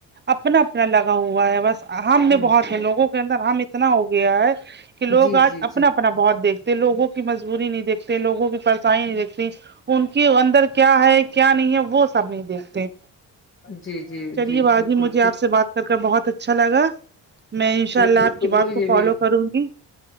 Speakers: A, on the right; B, on the left.
A: اپنا اپنا لگا ہوا ہے بس ہم نے
B: جی
A: بہت ہے لوگوں کے اندر ہم اتنا ہو گیا ہے کہ لوگ
B: جی
A: آج
B: جی
A: اپنا اپنا بہت دیکھتے لوگوں کی مجبوری نہیں دیکھتے لوگوں کی پرسانی نہیں دیکتے ان کے اندر کیا ہے کیا نہیں ہے وہ سب نہیں دیکھتے
B: جی جی
A: چلیے
B: جی
A: باجی
B: بالکل
A: مجھے
B: ٹھیک
A: آپ سے بات کر کر بہت اچھا لگا میں انشاء
B: جی
A: اللہ
B: بالکل
A: آپ کی بات
B: مجھے
A: کو فالو
B: بھی
A: کروں گی